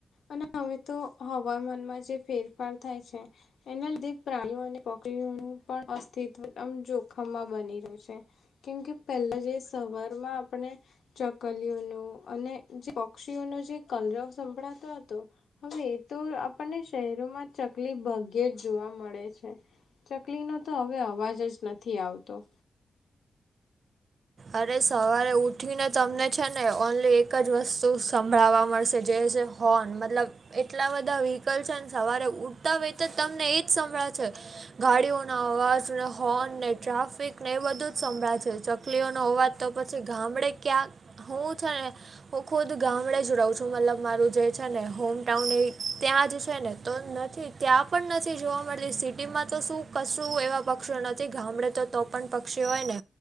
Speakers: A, on the left; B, on the right.
A: અને હવે તો હવામાનમાં જે ફેરફાર થાય છે એના લીધે પ્રાણીઓ અને પક્ષીઓનું પણ અસ્તિત્વ આમ જોખમમાં બની રહેશે. કેમ કે પેલાં જે સવારમાં આપણે ચકલીઓનું અને <unintelligible> પક્ષીઓનો જે કલરવ સંભળાતો હતો હવે એ તો આપણને શહેરોમાં ચકલી ભાગ્યે જ જોવા મળે છે. ચકલીનો તો હવે અવાજ જ નથી આવતો.
B: અરે સવારે ઉઠીને તમને છે ને ઓનલી એક જ વસ્તુ સંભળાવવા મળશે જે છે હોર્ન મતલબ એટલા બધા વ્હીકલ છે ને સવારે ઉઠતા વેત જ તમને ઇ જ સંભળાવ છે ગાડીઓના અવાજને હોર્ન ને ટ્રાફિક ને એ બધુ જ સંભળાય છે. ચક લીઓનો અવાજ તો પછી ગામડે ક્યાંક હું છે ને હું ખુદ ગામડે જ રહું છું મતલબ મારું જે છે ને હોમટાઉન એ ત્યાં જ છે ને તો નથી જ. ત્યાં પણ નથી જોવા મળતી સિટીમાં તો શું કશું એવા પક્ષીઓ નથી ગામડે તો તો પણ પક્ષીઓ હોય ને